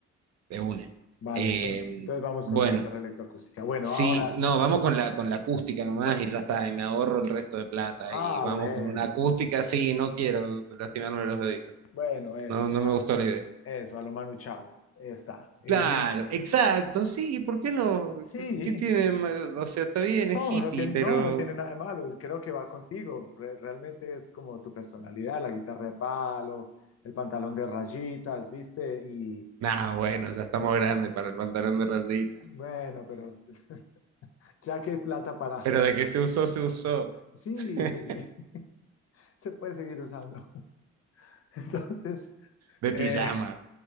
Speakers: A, on the right; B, on the left.
A: de una.
B: Vale,
A: Eh,
B: entonces, entonces vamos
A: bueno,
B: con la guitarra electroacústica. Bueno,
A: sí,
B: ahora,
A: no, vamos con la, con la acústica nomás
B: con-
A: y ya está, y me ahorro el resto de plata.
B: ah,
A: Y vamos
B: bueno,
A: con una acústica, sí, no quiero lastimarme los deditos.
B: bueno, eso,
A: No,
B: como
A: no me
B: a-
A: gustó la idea.
B: eso, a lo Manu Chao, está. Y
A: Claro, exacto, sí, ¿por qué no?
B: sí,
A: ¿Qué, qué tiene de malo? O sea, está bien, es
B: no,
A: hippie,
B: no tiene,
A: pero...
B: no, no tiene nada de malo, creo que va contigo, Re- realmente es como tu personalidad, la guitarra de palo, el pantalón de rayitas, ¿viste? Y
A: Nah, bueno, ya estamos grandes para el pantalón de rayita.
B: bueno, pero <laughs> ya que hay plata para,
A: Pero
B: <laughs>
A: de que se usó, se usó.
B: sí,
A: <laughs>
B: se, y <laughs> se puede seguir usando. <laughs> Entonces,
A: De pijama,
B: eh,